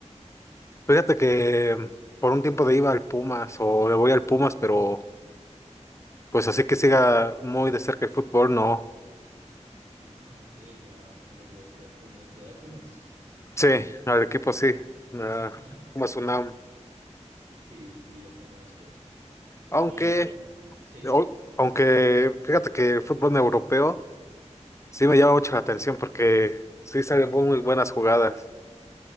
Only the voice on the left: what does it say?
Fíjate que por un tiempo de iba al Pumas o le voy al Pumas, pero pues así que siga muy de cerca el fútbol, no.
Sí, al equipo sí, ah,
Pumas UNAM.
Aunque,
o- aunque fíjate que el fútbol europeo sí me llama mucho la atención porque sí salen muy buenas jugadas.